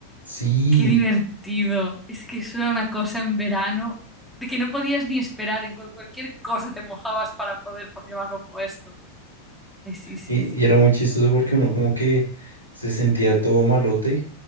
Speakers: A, on the left (about 90°); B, in the centre.
A: Sí,
B: Qué divertido. Es que eso era una cosa en verano de que no podías ni esperar. En cual- cualquier cosa te mojabas para poder po- llevarlo puesto. Ay, sí, sí,
A: y,
B: sí.
A: y era muy chistoso porque uno como que se sentía todo malote